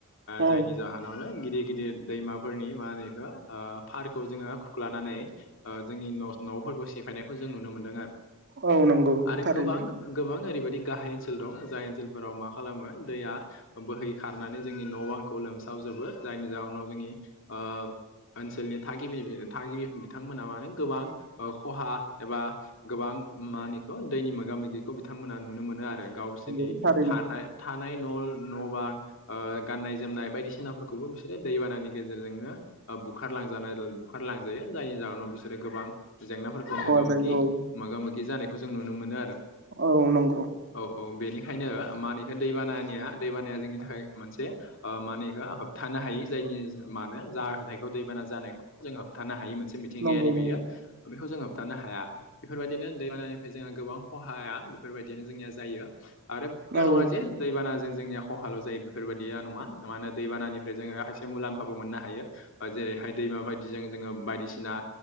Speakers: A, on the right (about 50°); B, on the left (about 60°).
A: औ
B: जायनि जाहोनावनो गिदिर गिदिर दैमाफोरनि मा होनो बेखौ फारखौ जोङो खुख्लानानै। जोंनि न' न'फोरखौ सिफायनायखौ जों नुनो मोन्दों आरो।
A: औ नंगौ
B: आरो
A: थारैनो
B: गोबां गोबां ओरैबायदि गाहाय ओनसोल दं जाय ओनसोलफोराव मा खालामो दैया बोहै खारनानै जोंनि न' बांखौ लोमसाव जोबो जायनि जाहोनाव जोंनि ओ ओनसोलनि थागिबि थागिबि बिथांमोना मानो गोबां खहा एबा गोबां मावहोनो बेखौ दैनि मोगा मोगिखौ बिथांमोना नुनो मोनो आरो गावसोरनि
A: नंगौ थारैनो
B: थानाय था नाय न' न' बां गाननाय जोमनाय बायदिसिनाफोरखौबो बिसोरो दैबानानि गेजेरजोंनो बुखारलांजानाय बुखारलांजायो जायनि जाहोनाव बिसोरो गोबां जेंनाफोरखौ मोगा
A: खहा जायो
B: मोगि
A: औ
B: मोगा मोगि जानायखौ जों नुनो मोनो आरो।
A: औ नं
B: औ औ बेनि बेखायनो मानिखौ दैबानायानिया दैबानाया जोंनि थाखाय मोनसे मानिखौ होबथानो हायो जाय नि मानो जा जाहथायखौ दैबाना जानायखौ जों होबथानो हायो मोनसे मिथिंगायारि
A: नंगौ नंगौ
B: बेयो बेखौ जों होबथानो हाया बेफोरबायदिनो दैबानानिफ्राय जों गोबां खहाया बेफोरबायदिनो जोंनि जायो आरो बेल
A: औ
B: नङा दैबाना जों जोंनिया खहाल' जायो बेफोरबायदिया नङा माने होयो दैबानानिफ्राय जोङो खायसे मुलाम्फाबो मोननो हायो जेरै हाय दैमा बायदिजों जोङो बायदिसिना